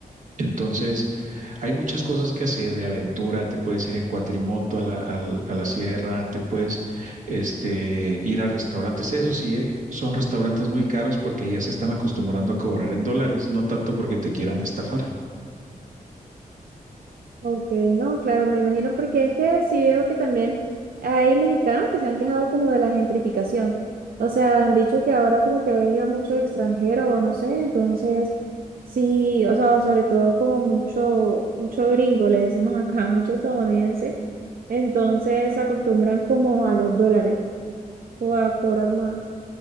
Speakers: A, on the right (about 60°); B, on the right (about 85°).
A: entonces, hay muchas cosas que hacer de aventura, te puedes ir en cuatrimoto a la, al- a la sierra, te puedes este, ir a restaurantes, eso sí, ¿eh? Son restaurantes muy caros porque ya se están acostumbrando a cobrar en dólares, no tanto porque te quieran estafar.
B: Ok, no, claro, me imagino porque es que sí veo que también hay mexicanos que se han quejado como de la gentrificación. O sea, han dicho que ahora como que ha venido mucho extranjero o no sé, entonces sí, o sea, o sobre todo como mucho, mucho gringo, le decimos acá, <laughs> mucho estadounidense, entonces se acostumbran como a los dólares o a cobrar más.